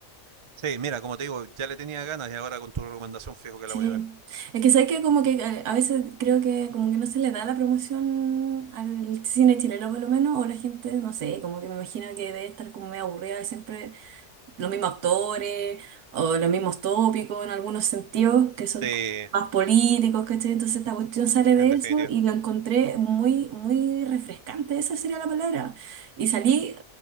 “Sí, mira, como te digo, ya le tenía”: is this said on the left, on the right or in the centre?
Right